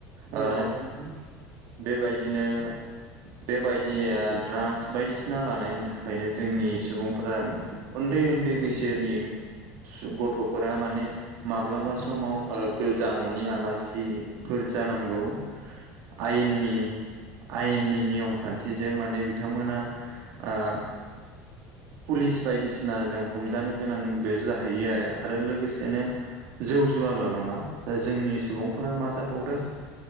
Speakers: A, on the right; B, on the right.
A: ओ
B: औ औ बि
A: बेबायदिनो बेबायदि ्राग्स बायदिसिना लानायनि थाखायनो जोंनि सुबुंफोरा उन्द उन्दै बैसोनि गथफोरा माने माब्लाबा समाव ओ गोजा न'नि आलासिफोर जानांगौ। आयनि आयेननि नियम खान्थिजों माने बिथांमोना ओ पुलिस बायदिसिना जों हमजानो गोनांबो जाहैयो आरो आरो लोगोसेनो जौ जुवाल' नङा जोंनि सुबुंफोरा मा जाबावदों